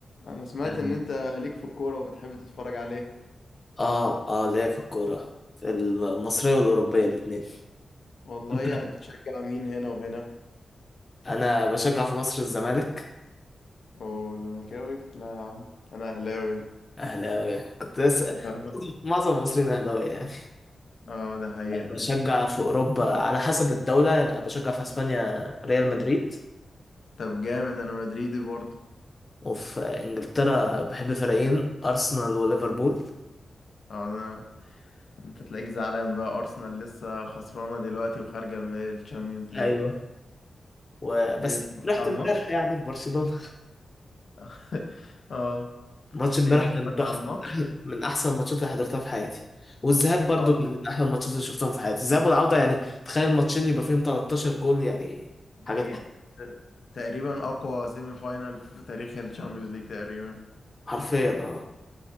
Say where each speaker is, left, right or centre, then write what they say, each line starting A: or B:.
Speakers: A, on the left; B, on the left.
A: انا سمعت
B: كان
A: ان انت ليك في الكورة وبتحب تتفرج عليها
B: اه اه ليا في الكورة في المصرية والأوروبية الاتنين
A: والله
B: انت
A: يعني بتشجع مين هنا وهنا
B: أنا بشجع في مصر الزمالك
A: اوه زملكاوي لا يا عم انا اهلاوي
B: أهلاوي كنت لسه
A: اه
B: <laughs> معظم المصريين أهلاوية يعني
A: آه، ده حقيقة
B: بشجع في أوروبا على حسب الدولة يعني أنا بشجع في أسبانيا ريال مدريد
A: طب جامد انا مدريدي برضه
B: وفي إنجلترا بحب فريقين أرسنال وليفربول
A: آه، انا انت تلاقيك زعلان بقى ارسنال لسه خسرانة دلوقتي وخارجة من الشامبيونز ليج
B: أيوه وبس
A: ايه اتفرجت
B: رحت
A: على
B: امبارح
A: الماتش
B: يعني في برشلونة
A: <laughs> اه
B: ماتش امبارح
A: ايه اتفرجت
B: كان تحفه
A: على الماتش
B: من أحلى- من احسن الماتشات اللي حضرتها في حياتي والذهاب برضو
A: اه
B: كان من احلى الماتشات اللي شفتهم في حياتي الذهاب والعوده يعني تخيل ماتشين يبقى فيهم 13 جول يعني
A: ده
B: حاجه
A: حقيقة
B: تحفة.
A: تقريبا اقوى سيمي فاينال في تاريخ الشامبيونز ليج تقريبا
B: حرفيا اه